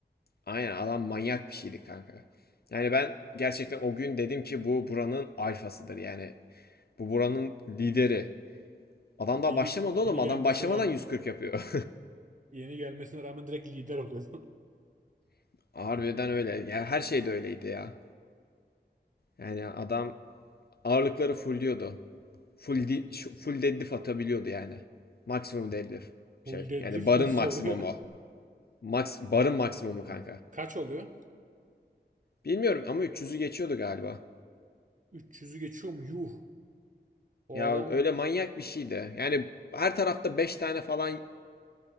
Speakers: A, on the left (about 60°); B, on the right (about 45°).
A: Aynen adam manyak bir şeydi kanka. Yani ben gerçekten o gün dedim ki bu buranın alfasıdır. Yani bu buranın lideri. Adam daha
B: Yeni
A: başlamadı
B: yeni
A: oğlum. Adam
B: gelmesine
A: başlamadan
B: rağmen,
A: 140 yapıyor.
B: yeni gelmesine rağmen direkt lider oluyor.
A: <laughs> Harbiden öyle. Yani her şey de öyleydi ya. Yani adam ağırlıkları fullliyordu. Full, di- full deadlift atabiliyordu yani. Maksimum deadlift.
B: <laughs> Full
A: Şey
B: deadlift
A: yani barın
B: nasıl
A: maksimumu.
B: oluyor?
A: Max, barın maksimumu kanka.
B: Kaç oluyor?
A: Bilmiyorum ama 300'ü geçiyordu galiba.
B: 300'ü geçiyor mu? Yuh. O
A: Ya
B: adam
A: öyle manyak bir şeydi. Yani her tarafta 5 tane falan